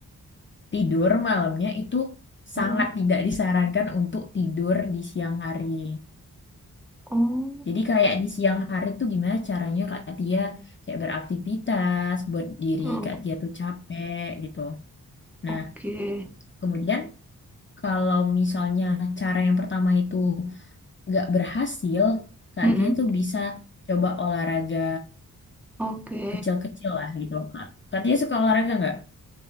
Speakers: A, on the left; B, in the centre.
A: Tidur malamnya itu sangat
B: mm
A: tidak disarankan untuk tidur di siang hari.
B: Oh,
A: Jadi kayak di siang hari tuh gimana caranya Kak Tia kayak beraktivitas buat diri
B: oh,
A: Kak Tia tuh capek gitu. Nah,
B: Oke.
A: kemudian kalau misalnya cara yang pertama itu nggak berhasil, Kak
B: Mm-mm.
A: Tia tuh bisa coba olahraga
B: Oke.
A: kecil-kecil lah gitu. Kak, Kak Tia suka olahraga nggak?